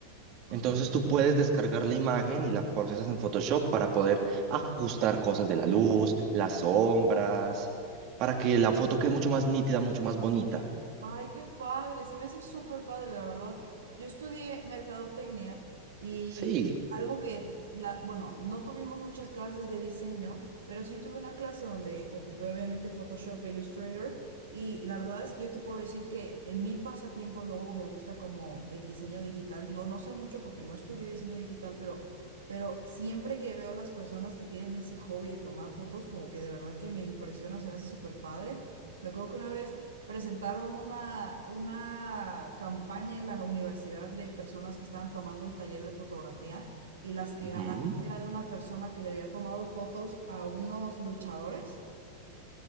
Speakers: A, on the right; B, on the right.
A: Ok.
B: Entonces tú puedes descargar la imagen y la procesas en Photoshop para poder ajustar cosas de la luz, las sombras, para que la foto quede mucho más nítida, mucho más bonita.
A: Ay, qué padre, se me hace súper padre, la verdad. Yo estudié mercadotecnia y
B: Sí.
A: algo que, la- bueno, no tuvimos muchas clases de diseño, pero sí tuve una clase donde ocupé obviamente Photoshop e Illustrator y la verdad es que yo te puedo decir que en mi pasatiempo luego me gusta como el diseño digital. Digo, no sé mucho porque no estudié diseño digital, pero, pero siempre que veo las personas que tienen ese hobby de tomar fotos, como que de verdad que me impresiona, se me hace súper padre. Me acuerdo que una vez presentaron una, una campaña en la universidad de personas que estaban tomando el taller de fotografía y las que
B: ujú.
A: ganaron era de una persona que le había tomado fotos a unos luchadores,